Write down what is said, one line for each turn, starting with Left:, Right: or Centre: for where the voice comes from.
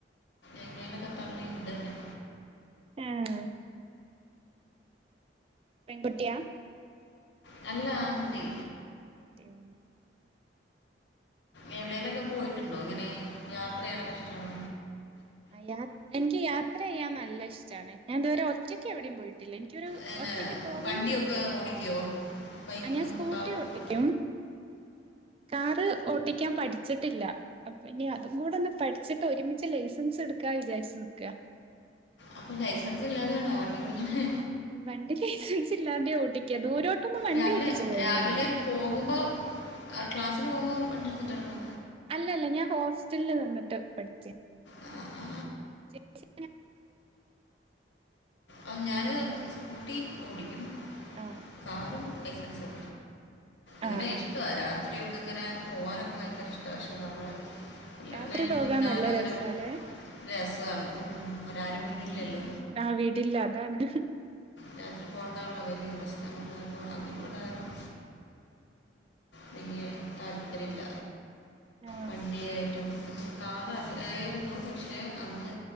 Left: എങ്ങനെക്കെ തള്ളി വിടന്നെ
Right: ഏഹ് പെൺകുട്ടിയാ?
Left: നല്ല ആങ്കുട്ടി
Right: ഉം
Left: എവിടേലൊക്കെ പോയിട്ടുണ്ടോ? ഇങ്ങനെ യാത്രയ്യാനൊക്കെ ഇഷ്ടാണോ?
Right: ആയാ എനിക്ക് യാത്രയ്യാൻ നല്ല ഇഷ്ടാണ് ഞാൻതുവരെ ഒറ്റക്ക് എവിടെയും പോയിട്ടില്ല ല്ല എനിക്കൊരു
Left: അങ്ങനെ
Right: ഒറ്റയ്ക്ക് പോകണംന്ന്
Left: വണ്ടിയൊക്കെ
Right: ആഗ്രഹംണ്ട്.
Left: <unintelligible> ബൈക്കും
Right: ആ ഞാൻ സ്കൂട്ടി
Left: കാറൊക്കെ
Right: ഓട്ടിക്കും
Left: ഓടിക്കുമോ
Right: കാറ് ഓട്ടിക്കാൻ പഠിച്ചിട്ടില്ല അപ്പൊ ഇനി അതും കൂടെ ഒന്ന് പഠിച്ചിട്ട് ഒരുമിച്ച് ലൈസൻസെടുക്കാ വിചാരിച്ചു നിക്കാ
Left: അപ്പൊ ലൈസൻസ് ഇല്ലാതെയാണോ വടണ്ടി ഓടിക്കണെ?
Right: വണ്ടി ലൈസൻസ് ഇല്ലാതെയ ഓട്ടിക്കാ ദൂരോട്ടൊന്നും വണ്ടി
Left: രാവിലെ
Right: ഓട്ടിച് പോവില്ല
Left: രാവിലെ
Right: ഞാന്
Left: പോകുമ്പോൾ ആ ക്ലാസ്സിന് പോകുമ്പോൾ വണ്ടി ടുത്തിട്ടാണ് പോ
Right: അല്ലല്ല ഞാൻ ഹോസ്റ്റലിൽ നിന്നിട്ട് പഠിച്ചേ
Left: ആ ആ
Right: <inaudible>
Left: ആ ഞാന് സ്കൂട്ടി ഓടിക്കും.
Right: ആഹ്.
Left: കാറും ലൈസൻസ് എ ഇങ്ങനെ
Right: ആഹ്
Left: ഇഷ്ടം
Right: ആഹ്
Left: രാത്രി ക്കെ ഇങ്ങനെ പോവാ നൊക്കെ ഭയങ്കര ഇഷ്ടമാണ് പക്ഷെ നമ്മൾ കല്യാണം
Right: രാത്രി
Left: കഴിഞ്ഞിട്ടന്നും
Right: പോകാൻ
Left: പിന്നെ
Right: നല്ല
Left: ആരും അങ്ങനെ
Right: രസാല്ലേ
Left: <unintelligible> രസമാണ് അങ്ങനെ ആരും വീടില്ലല്ലോ!
Right: ആ വീടില്ല അതാണ്.
Left: രാത്രി പോകേണ്ടാനുള്ള വലിയ പ്രശ്നം <unintelligible> അതിലൂടാനും വെല്ല്യ താല്പര്യല്ല
Right: ആഹ്
Left: വണ്ടിയായിട്ടും കാറ് അറിയായിരുന്നു പക്ഷേ അന്ന്